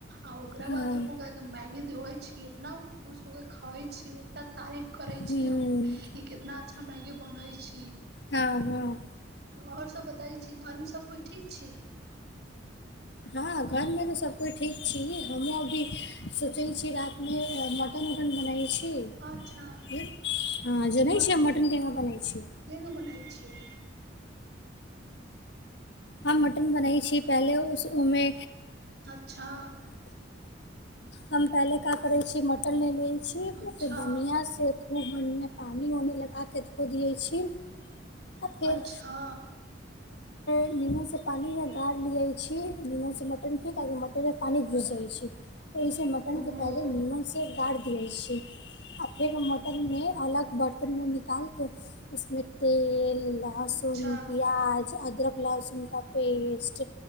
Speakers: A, on the right (about 55°); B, on the left (about 60°).
A: ओकरा
B: हँ हँ
A: बाद जे हम ओकराके मैगि धोइ छ इतना खुश होके खाइ छैय इतना तारीफ करै
B: हूँ
A: छी हमर। कि कितना अच्छा मैगी बनै छी।
B: हँ हँ
A: आओर सब बताबै छी घरमे सभ कोइ ठीक छि?
B: हँ घर मे तऽ सबकइ ठीक छिये हमहुँ अभी सोचै छिये रात मे मटन ओटन बनाै छी।
A: अच्छा
B: की हूँ ह जेनय
A: मर
B: छियै मटन केना बनाै छैय।
A: केना बनाइ छैय?
B: हम मटन बनाई छी पहिले उस उमे
A: अच्छा
B: हम पहिले क करै छी मटन ले ले छी ओ
A: अच्छा
B: के बढ़िआँ से खूब बढ़िआँ पानि वानि लगाके धो दै छी। आ फेर
A: अच्छा
B: नीमू से पानी मे गार लिये छी नीमू से मटन किकरी मटन मे पानी घुस जाइ छैय। इे मटन
A: ओहो
B: के पहले नीमन से गाड़ दिय छैय आ फेर मटन मे अलग बर्तनमे निकालके उसमे तेल लहसुन
A: अच्छा
B: प्याज अदरक लहसुन का पेस्ट